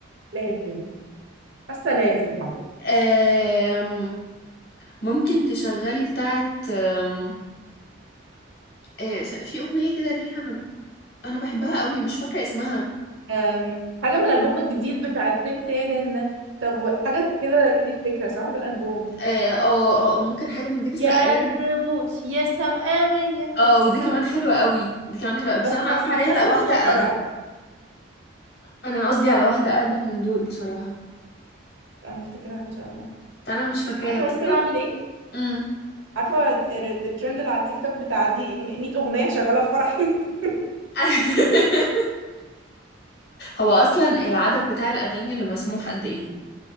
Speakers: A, on the right; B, on the left.
A: لازم حاسة لازم
B: آم، ممكن تشغلي بتاعة آم، آه، في أغنية كده ليها أنا أنا بحبها قوي مش فاكرة اسمها
A: أم... حاجة من الألبوم الجديد بتاع التمتين طب و- حاجة كده دي الفكرة صح ده الألبوم
B: اه اه آه، آه، ممكن حاجة من دي بس
A: يا
B: لا لم-
A: الرموش يا سماوية
B: اه
A: يا
B: ودي
A: سم
B: كمان حلوة قوي دي كمان حلوة قوي. بس
A: بس
B: أنا
A: ح...
B: قصدي عليها
A: بس حاسة
B: لا واحدة
A: دي مش
B: أقدم
A: فرح
B: أنا قصدي على واحدة أقدم من دول بصراحة
A: هنفتكرها إن شاء الله
B: أنا مش فاكراها
A: عارفة
B: بس
A: ممكن
B: أنا
A: أعمل إيه؟
B: مم.
A: عارفة التر- الترند اللي على التيك توك بتاع دي 100 أغنية شغالة في فرحي <laughs>
B: <laughs> هو أصلا العدد بتاع الأغاني اللي مسموح قد إيه؟